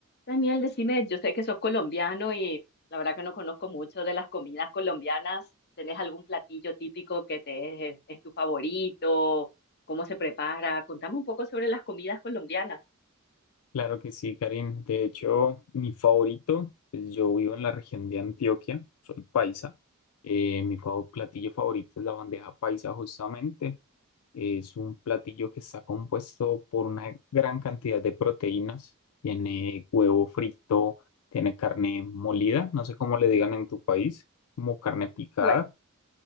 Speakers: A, on the left; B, on the left.
A: Daniel, decime, yo sé que sos colombiano y la verdad que no conozco mucho de las comidas colombianas. ¿Tenés algún platillo típico que te es, es tu favorito? ¿Cómo se prepara? Contame un poco sobre las comidas colombianas.
B: Claro que sí, Karim. De hecho, mi favorito, pues yo vivo en la región de Antioquia, soy paisa. Eh, mi favo- platillo favorito es la bandeja paisa, justamente. Es un platillo que está compuesto por una gran cantidad de proteínas. Tiene huevo frito, tiene carne molida, no sé cómo le digan en tu país, como carne picada.
A: Igual,